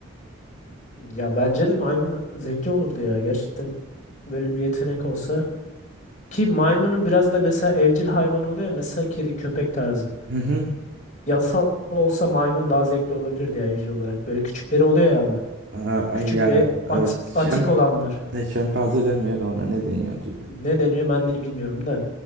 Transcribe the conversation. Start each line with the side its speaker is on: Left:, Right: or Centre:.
Left: Ya bence de maymun zevkli olurdu ya gerçekten böyle bir yetenek olsa. Ki maymunun biraz da mesela evcil hayvan oluyor ya mesela kedi köpek tarzı.
Right: Hı hı.
Left: Yasal olsa maymun daha zevkli olabilirdi ya evcil olarak. Böyle küçükleri oluyor ya ama.
Right: Aa, ay
Left: Küçük
Right: yani
Left: ve
Right: evet
Left: atik,
Right: şem,
Left: atik olanlar.
Right: ne şempanze demiyordu ona ne deniyordu ya.
Left: Ne deniyor ben de bilmiyorum da.